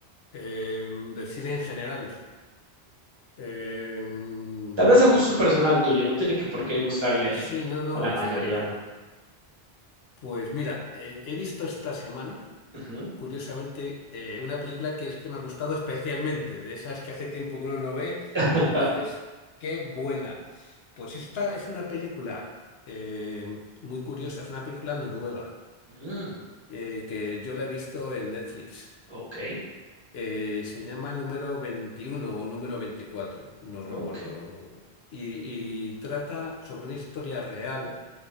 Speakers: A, on the left; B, on the right.
A: em, de cine en general. Eh, mm,
B: Tal vez a gusto
A: mm,
B: personal tuyo, no tiene que por qué gustarle
A: mm. sí, no, no,
B: a la mayoría.
A: está claro. Pues mira, eh, he visto esta semana,
B: Ujú.
A: curiosamente, eh, una película que es que me ha gustado especialmente, de esas que hace tiempo que uno no ve
B: Ja.
A: y dices, qué buena. Pues esta es una película eh, muy curiosa, es una película noruega,
B: Mm,
A: eh, que yo la he visto en Netflix.
B: ok,
A: Eh, se llama Número veintiuno o Número veinticuatro, no recuerdo.
B: ok.
A: Y, y trata sobre una historia real